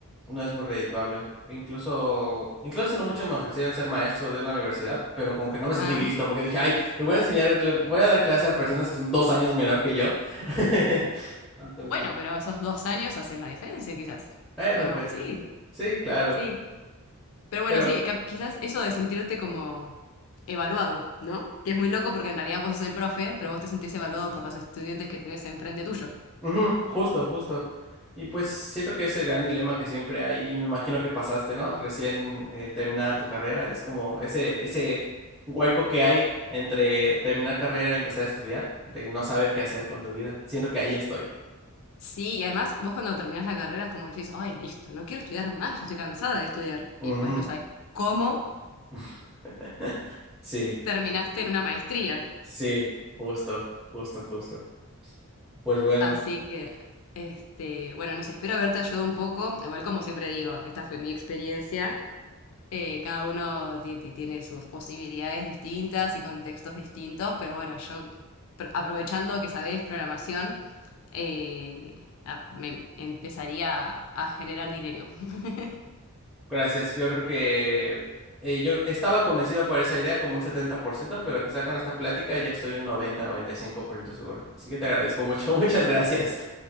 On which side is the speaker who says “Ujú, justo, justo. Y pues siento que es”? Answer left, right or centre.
Centre